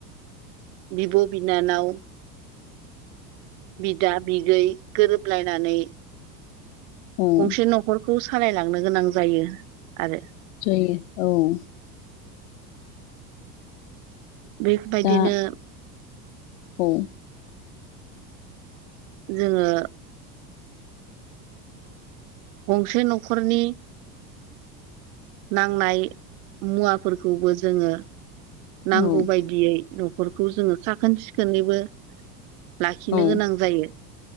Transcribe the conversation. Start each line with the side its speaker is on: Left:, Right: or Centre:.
Right: बिब' बिनानाव बिदा बिगै गोरोबलायनानै
Left: औ
Right: गंसे
Left: औ
Right: न'खरखौ सालायलांनो गोनां जायो आरो
Left: जायो औ-
Right: बेबायदिनो
Left: दा औ
Right: जोङो गंसे न'खरनि नांनाय मुवाफोरखौबो जोङो नांगौ
Left: औ
Right: बायदियै न'खरखौ जोङो साखोन सिखोनैबो लाखिनो
Left: औ
Right: गोनां जायो।